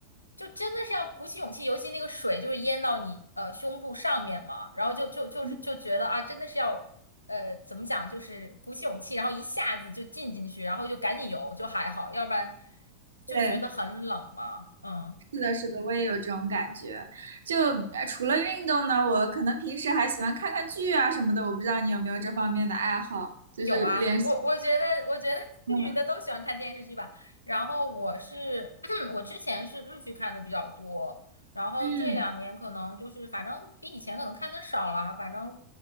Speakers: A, on the left; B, on the right.
A: 就真的是要鼓起勇气，尤其那个水就是淹到你呃胸部上面嘛，然后就就就是就觉得啊，
B: 嗯
A: 真的是要呃怎么讲，就是鼓起勇气，然后一下子就进进去，然后就赶紧游就还好，要不然就觉得很冷嘛，
B: 对，
A: 嗯。
B: 是的，是的，我也有这种感觉。就呃除了运动呢，我可能平时还喜欢看看剧啊什么的，我不知道你有没有这方面的爱好，就是连续，
A: 有啊，我我觉得，我觉得 <laughs>
B: 嗯
A: 女的都喜欢看电视剧吧。然后我是，<clears throat> 我之前是日剧看的比较多，然后这两年可能就是反正比以前可能看的少了，
B: 嗯。
A: 反正